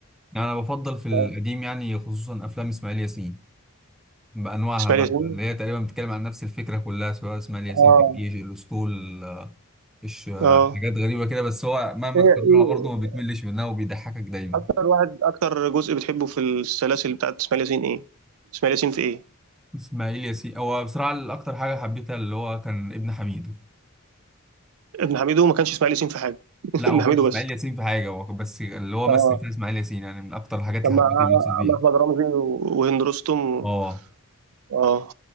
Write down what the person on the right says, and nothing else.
آه.
اسماعيل
ياسين
اه
اه
ايه
ايه
اكتر واحد اكتر جزء بتحبه في السلاسل بتاعت اسماعيل ياسين ايه؟ اسماعيل ياسين في ايه؟
ابن حميدو ما كانش اسماعيل ياسين في حاجة <laughs>
ابن
حميدو
بس
اه
كان
مع
مع احمد رمزي و- وهند رستم و...
اه